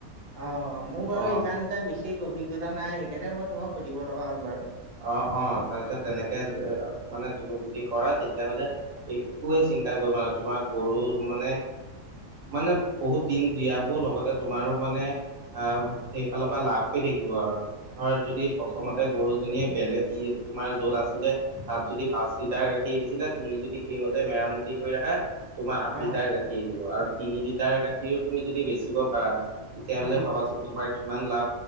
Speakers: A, on the right; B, on the right.
A: অঁ, মোৰ বাৰু
B: অ
A: ইমান এটা বিশেষ অভিজ্ঞতা নাই সেইকাৰণে মই তোমাক সুধিব লগা হ'ল বাৰু।
B: অঁ অঁ তাৰপিছত তেনেকে এ মানে তুমি যদি কৰা তেতিয়াহ'লে একোৱে চিন্ চিন্তা কৰিব নালাগে তোমাৰ গৰু মানে মানে বহুত দিন জীয়াবও লগতে তোমাৰো মানে আহ সেইফালৰ পৰা লাভ হে দিব আৰু ধৰ যদি প্ৰথমতে
A: উম,
B: গৰুজনীয়ে বেলেগ ই তোমাৰ য'ত আছিলে তাত যদি পাঁচ লিটাৰ গাখীৰ দিছিলে, তুমি যদি সেইমতে মেৰামতি কৰি ৰাখা তোমাৰ আঠ
A: অ',
B: লিটাৰ গাখীৰ দিব। আৰু তিনি লিটাৰ গাখীৰো তুমি যদি বেচিব পাৰা তেতিয়া হ'লে
A: উম,
B: ভাবাচোন তোমাৰ কিমান লাভ